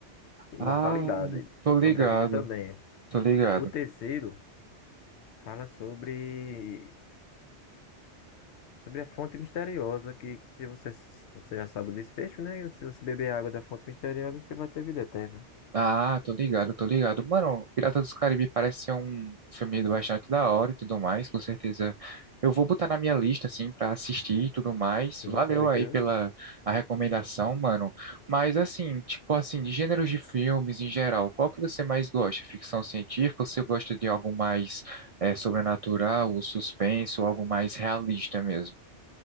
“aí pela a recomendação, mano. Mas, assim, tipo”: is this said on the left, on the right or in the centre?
Right